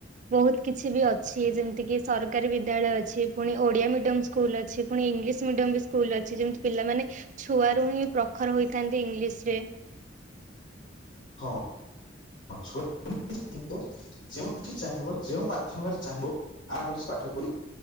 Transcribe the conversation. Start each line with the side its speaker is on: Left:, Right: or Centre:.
Right: ବହୁତ କିଛି ବି ଅଛି ଯେମିତି କି ସରକାରୀ ବିଦ୍ୟାଳୟ ଅଛି, ପୁଣି ଓଡିଆ ମିଡିଅମ ସ୍କୁଲ ଅଛି, ପୁଣି ଇଂଲିଶ ମିଡିୟମ ବି ସ୍କୁଲ୍ ଅଛି, ଯେମିତି ପିଲାମାନେ ଛୁଆରୁ ହିଁ ପ୍ରଖର ହୋଇଥାନ୍ତି ଇଂଲିଶ ରେ।
Left: ହଁ। ହଛୁ <unintelligible> <unintelligible> ଯେଉଁଠି ଚାହିଁବ ଯେଉଁ ମାଧ୍ୟମରେ ଚାହିଁବ, ଆମ ସେ ପାଠ ପଢ଼ି